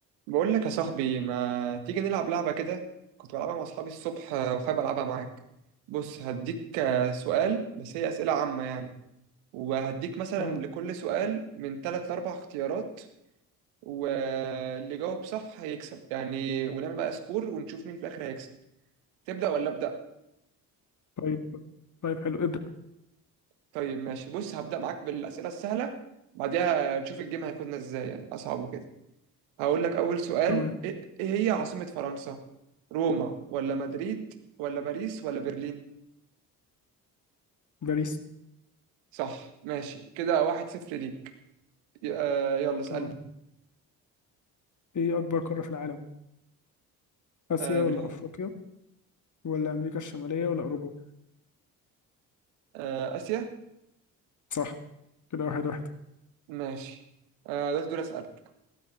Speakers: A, on the right; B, on the left.
A: بقول لك يا صاحبي ما تيجي نلعب لعبة كده كنت بلعبها مع أصحابي الصبح آه، وحابب ألعبها معاك بص هديك آه، سؤال بس هي أسئلة عامة يعني وهديك مثلا
B: اه
A: لكل سؤال من تلات لأربع اختيارات واللي جاوب صح هيكسب يعني ونعمل بقى سكور ونشوف مين في الآخر هيكسب تبدأ ولا أبدأ؟
B: طيب طيب حلو ابدأ
A: طيب ماشي بص هبدأ معاك بالأسئلة السهلة بعدها نشوف الجيم هياخدنا إزاي يعني أصعب وكده هقول لك أول سؤال
B: تمام
A: إيه إيه هي عاصمة فرنسا؟ روما ولا مدريد ولا باريس ولا برلين؟
B: باريس
A: صح ماشي كده واحد صفر ليك ي- آه يلا اسألني
B: تمام ايه اكبر قارة في العالم اسيا
A: آه
B: ولا
A: بنح...
B: افريقيا ولا امريكا الشمالية ولا اوروبا
A: آه آسيا
B: صح كده واحد واحد
A: ماشي آه ده دول أسألك